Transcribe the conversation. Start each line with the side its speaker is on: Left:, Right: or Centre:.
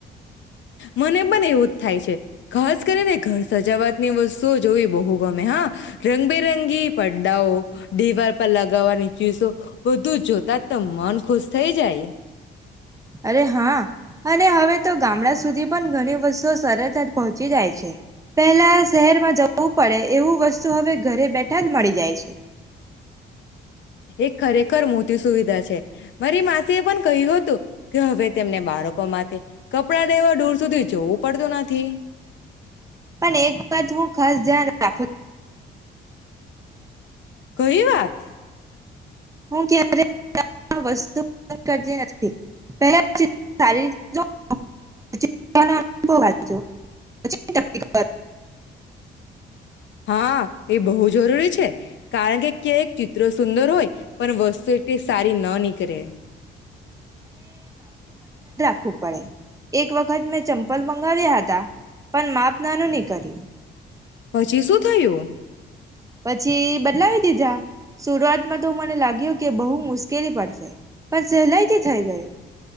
Left: મને પણ એવુંતા થાય છે, ખાસ કરીને ઘર સજાવા ની વસ્તુઓ જોઈ બહુ ગમે હા. રંગબેરંગી પાડાઓ દિવાલ પર લગાવવાની ચીસો બધું જોતા તા મન ખુશ થઈ જાય.
Right: અરે હા અને હવે તો ગામડા સુધી પણ ઘણી વસ્તુઓ સરળતા પહોંચી જાય છે, પેલા શહેરમાં જવું પડે એવું વસ્તુ હવે ઘરે બેઠા જ મળી જાય છે.
Left: એ ખરેખર મોટી સુવિધા છે, મારી માસી એ પણ કહ્યું હતું કે હવે તેમને બાળક કમા તે કપડા દેવાઢૂર સુધી ધોવું પડતું નથી.
Right: પણ એક વાત હું ખાસ ધ્યાન રાખું
Left: કઈ વાત.
Right: હું ક્યારે <unintelligible> વસ્તુ <unintelligible> ખર્ચી નથી, પેલા પછી સારી રીતે <unintelligible> પણ બો વાંચજો. <unintelligible> <inaudible>
Left: હા એ બહુ જરૂરી છે, કારણ કે ક્યાકિ સુંદર હોય, પણ વસ્તુ તે સારી ન નીકળે.
Right: વું પડે એક વખત મેં ચંપલ મંગાવ્યા હતા, પણ માપનાનું નીકળ્યું.
Left: પછી શું થયું?
Right: પછી બદલાવી દીધા શરૂઆમાં તો મને લાગ્યું કે બહુ મુશ્કેલી પડશે પણ સહેલાઈથી થઈ ગયો.